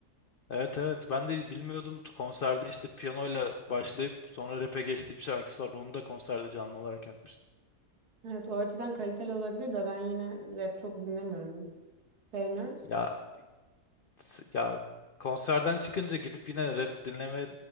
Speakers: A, on the left; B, on the right.
A: Evet evet ben de bilmiyordum konserde işte piyanoyla başlayıp sonra rap'e geçtiği bir şarkısı var onu da konserde canlı olarak yapmıştı.
B: Evet o açıdan kaliteli olabilir de ben yine rap çok dinlemiyorum. Sevmiyorum.
A: Ya s- ya konserden çıkınca gidip yine rap dinlemeye